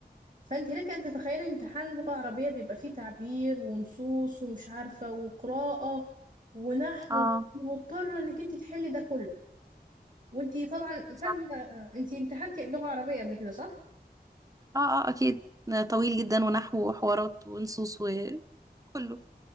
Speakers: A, on the right (about 50°); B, on the right (about 20°).
A: فانت لك ان تتخيلي ان امتحان لغة عربية بيبقى فيه تعبير ونصوص ومش عارفة وقراءة ونحو
B: اه
A: مضطرة انك انت تحلي ده كله وانت طبعا
B: صح
A: فاهمة آه، انت امتحنتي لغة عربية قبل كده صح؟
B: اه اه اكيد طويل جدا ونحو وحوارات ونصوص وكله